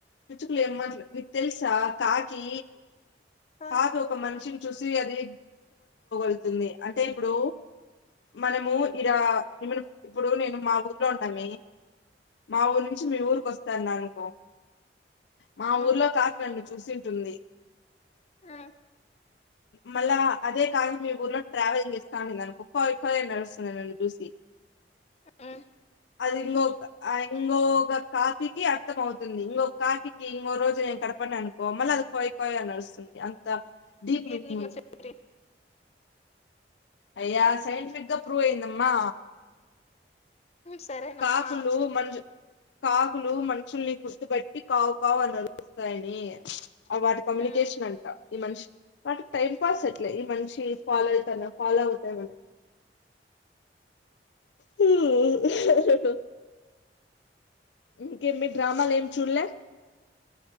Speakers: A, on the left; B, on the left.
A: పిచుకులు ఏ మాట్ మీకు తెలుసా కాకి
B: ఆ,
A: కాకి ఒక మనిషిని చూసి అది జతుంది అంటే ఇప్పుడు మనము ఇడ ఎమన్నా ఇప్పుడు నేను మా ఊర్లో ఉన్నామె మా ఊరు నుంచి మీ ఊరుకొస్తాన అన్నాననుకో మా
B: ఉమ్,
A: ఊర్లో కాకి నన్ను చూసింటుంది.
B: ఉమ్,
A: మళ అదే కా మీ ఊర్లో ట్రావెలింగ్ చేస్తా అనింది అనుకో కొయయ్ కొయయ్ అని అరుస్తుంది నన్ను చూసి
B: ఆ
A: అది ఇంకొక ఇంకొక కాకి అర్థం అవుతుంది ఇంకొక కాకి ఇంగో రోజు నేను కనపడిన అనుకో మళ్ళీ అది కోయ్ కోయ్ అని అరుస్తుంది అంత డీప్
B: ఇది
A: <unintelligible>
B: నీకు చెప్పి
A: అయ్యా సైన్ంటిఫికగా ప్ర్రూవ్ అయ్యందమ్మా.
B: సరేనమ్మా
A: కాకులు మనుష్ కాకులు మనుషుల్ని గుర్తుబట్టి కావు కావు అని అరుస్తాయి వాటి కమ్యూనికేషన్
B: ఉమ్.
A: అంట ఈ మనిషి వాటికి టైం పాస్ ఎట్లే ఈ మనిషి ఫాలో అవుతున్నా ఫాలో అవుతాన్నా. హ ఇంకేమి డ్రామాలు ఏం చూలే